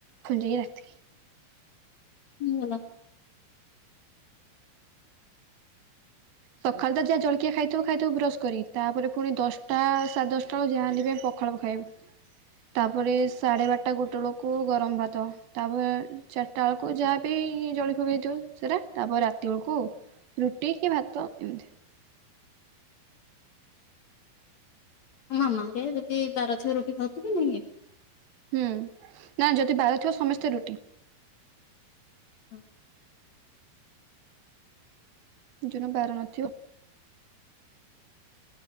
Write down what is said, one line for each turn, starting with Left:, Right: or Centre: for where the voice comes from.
Right: ଖୁଞ୍ଇି ରାତିି
Left: <inaudible>
Right: ସକାଳୁ ତ ଯାହା ଜଳକିଆ ଖାଇଥିବ ଖାଇଥିବୁ ବ୍ରସ୍ କରି ତାପରେ ପୁଣି ଦଶଟା ସାଢେ ଦଶ ପଟାବେଳକୁ ଯାହାନ୍ତି ବି ପଖାଳ ପ ଖାଇବୁ ତାପରେ ସାଢ଼େ ବାରଟା ଗୋଟେ ବେଳକୁ ଗରମ ଭାତ ତାପରେ ଚାରିଟା ବେଳକୁ ଯାହା ବିି ଜଳି ଫକ ହେଇଥିବ ସେଟା ତାପରେ ରାତି ବେଳକୁ ରୁଟି କି ଭାତ ଏମିତି
Left: ମାମା ଘରିକା ଯଦି ବାର ଥିବ ରୁଟି ଖାଉଥିବେ ନାଇଁ
Right: ହୁଁ ନା ଯଦି ବାର ଥିବ ସମସ୍ତେ ରୁଟି।
Left: <inaudible>
Right: ଯୁନ ବାର ନଥିବ